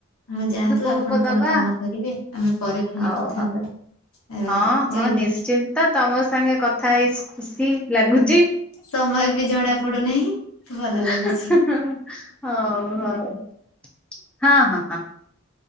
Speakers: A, on the left (about 75°); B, in the centre.
A: ହଉ ଯାଆନ୍ତୁ
B: ଧୂପ
A: ଆପଣ
B: ଫୂପ
A: କଣ
B: ଦବା
A: କାମ କରିବେ। ଆମେ ପରେ ପୁଣି
B: ହଉ
A: କଥା
B: ହଉ
A: ହେବା ରହିଲି
B: ହଁ ହଁ
A: ଜୟ ଜଗନ୍ନାଥ।
B: ନିଶ୍ଚିନ୍ତ ତମ ସାଙ୍ଗେ କଥା ହେଇ ଖୁସି ଲାଗୁଚି।
A: ସମୟ ବି ଜଣା ପଡୁନାହିଁ
B: ହଁ
A: ଭଲ ଲାଗୁଛି
B: ହଁ ହଉ ହଉ ହଁ ହଁ ହଁ।